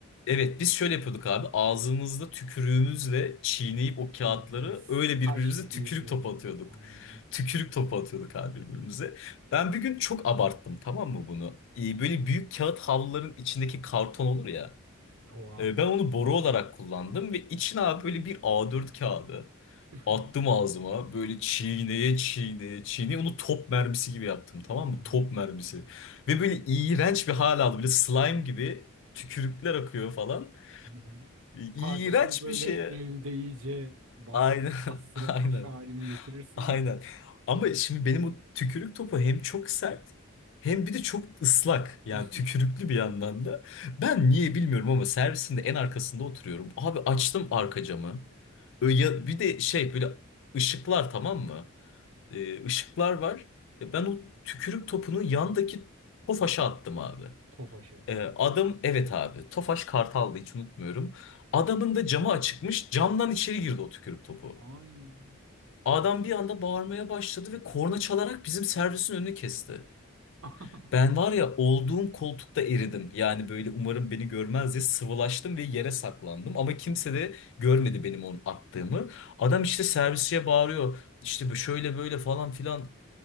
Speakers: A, on the left (about 60°); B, on the right (about 80°).
A: Evet biz şöyle yapıyorduk abi. Ağzımızda tükürüğümüzle çiğneyip o kağıtları
B: Ee,
A: öyle
B: taş
A: birbirimize
B: gibi
A: tükürük
B: yapıyordunuz.
A: topu atıyorduk.
B: Anladım.
A: Tükürük topu atıyorduk abi birbirimize. Ben bir gün çok abarttım tamam mı bunu? Ee, böyle büyük kağıt havluların içindeki karton olur ya.
B: Oha.
A: Ee, ben onu boru olarak kullandım ve içine abi böyle bir A4 kağıdı
B: <laughs>
A: attım ağzıma. Böyle çiğneye çiğneye çiğneye onu top mermisi gibi yaptım tamam
B: Hı hı.
A: mı? Top mermisi. Ve böyle iğrenç bir hal aldı. Böyle slime gibi tükürükler akıyor falan.
B: Hı hı.
A: İğrenç
B: Kartopunu böyle
A: bir şeye.
B: elde iyice bas,
A: Aynen,
B: bastıra
A: <laughs> aynen.
B: taş haline getirirsin
A: Aynen.
B: ya.
A: Ama şimdi benim o tükürük topu hem çok sert hem bir de çok ıslak. Yani
B: <laughs>
A: tükürüklü bir yandan da. Ben niye bilmiyorum ama servisinde en arkasında oturuyorum. Abi açtım arka camı. Ö- Ya bir de şey böyle ışıklar tamam mı? Ee, ışıklar var. E, Ben o tükrük topunu yandaki tofaşa attım abi.
B: Tofaşa.
A: Ee, adam evet abi Tofaş Kartal'dı hiç unutmuyorum. Adamın da camı açıkmış camdan içeri girdi o tükürük topu.
B: Ay.
A: Adam bir anda bağırmaya başladı ve korna çalarak bizim servisin önünü kesti.
B: <laughs>
A: Ben var ya olduğum koltukta eridim. Yani böyle umarım beni görmez diye sıvılaştım ve yere saklandım. Ama kimse de görmedi benim onu attığımı. Adam işte servisçiye bağırıyor. İşte bu şöyle böyle falan filan.